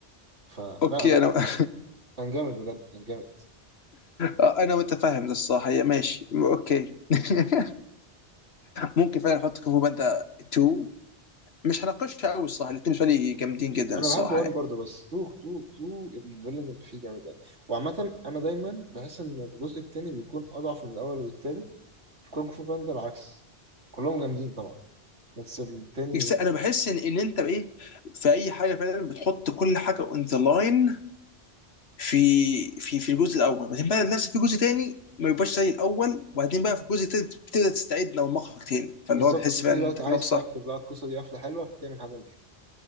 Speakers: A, on the right; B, on the left.
A: فلا
B: اوكي
A: لا
B: انا <laughs>
A: كان جامد بجد كان جامد
B: آه، انا متفاهم ده الصراحه هي ماشي اوكي <laughs> ممكن فعلا احط كونغ فو باندا 2 مش هناقشها قوي الصراحه الاثنين بالنسبه لي جامدين جدا
A: انا
B: الصراحه
A: بحب وان
B: يعني
A: برضه بس تو تو تو الفيلن اللي فيه جامد أوي. وعامة انا دايما بحس ان الجزء التاني بيكون اضعف من الاول والتالت كونغ فو باندا العكس كلهم جامدين طبعا بس التاني
B: بس انا بحس ان ان انت بايه في اي حاجه فعلا بتحط كل حاجه اون ذا لاين في في في الجزء الاول بعدين بقى نفس في جزء تاني ما يبقاش زي الاول وبعدين بقى في الجزء التالت بتبدا تستعيد من المخرج تاني فاللي
A: بالظبط
B: هو بتحس
A: بتبتدي
B: بقى ان
A: بقى
B: انت
A: عايز
B: كلامك صح
A: تقفل بقى القصة دي قفلة حلوة فتعمل حاجة نضيفة